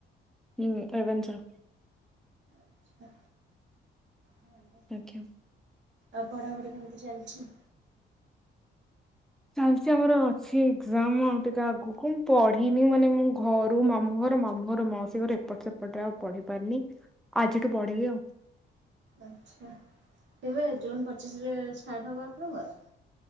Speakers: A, in the centre; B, on the right.
A: ହୁଁ ରେଭେନ୍ସା।
B: ଆଚ୍ଛା ଭଲ।
A: ଆଜ୍ଞା।
B: ଆଉ ପଢାପଢି କେମିତି ଚାଲିଚି?
A: ଚାଲିଚି ଆମର ଅଛି ଏକ୍ଜାମ୍ ଆଉ ଟିକେ ଆଗକୁ ମୁଁ ପଢିନି ମାନେ ମୁଁ ଘରୁ ମାମୁଁ ଘର ମାମୁଁ ଘରୁ ମାଉସୀ ଘର ଏପଟ ସେପଟ ଆଉ ପଢି ପାରିନି ଆଜିଠୁ ପଢିବି ଆଉ।
B: ଆଚ୍ଛା ତେବେ ଜୁନ୍ ପଚିଶ୍ ରେ ଷ୍ଟାର୍ଟ ହବ ଆପଣଙ୍କର?